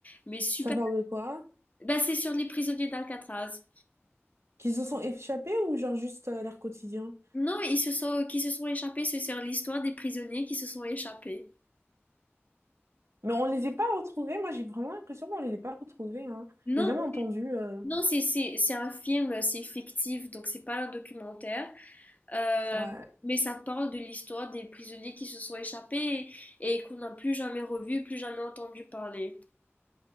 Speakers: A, on the left; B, on the right.
A: Mais super.
B: Ça parle de quoi?
A: Bah, c'est sur les prisonniers d'Alcatraz.
B: Qu'ils se sont échappés ou genre juste euh, leur quotidien?
A: Non, ils se sont, qui se sont échappés, c'est sur l'histoire des prisonniers qui se sont échappés.
B: Mais on les a pas retrouvés. Moi, j'ai vraiment l'impression qu'on les a pas retrouvés, hein.
A: Non,
B: J'ai jamais entendu. euh,
A: non, c'est c'est- c'est un film, c'est fictif, donc c'est pas un documentaire. Euh,
B: Ouais.
A: mais ça parle de l'histoire des prisonniers qui se sont échappés et, et qu'on n'a plus jamais revu, plus jamais entendu parler.